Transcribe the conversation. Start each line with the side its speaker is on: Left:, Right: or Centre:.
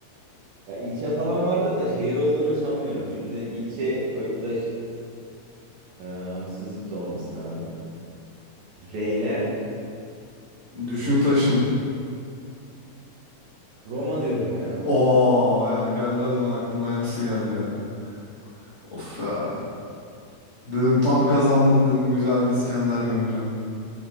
Right: Ya ilçe falan vardır da şehir olduğunu sanmıyorum. Şimdi ilçe koyup da ş- e, haksızlık da olmasın abi. R ile
Left: Düşün
Right: yurt dışı-
Left: taşın.
Right: Roma diyorum ya.
Left: Oo ya geldi adamın aklına nasıl geldi ya. Of ya. Dedim tam kazandım dedim güzel bir İskender gömeceğim.